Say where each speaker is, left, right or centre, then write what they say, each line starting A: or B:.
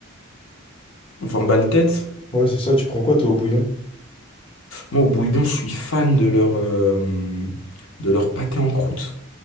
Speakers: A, on the left; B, on the left.
A: 20 balles tête.
B: Ouais, c'est ça. Tu prends quoi, toi, au bouillon?
A: Moi, au bouillon, je suis fan de leur, euh, de leur pâté en croûte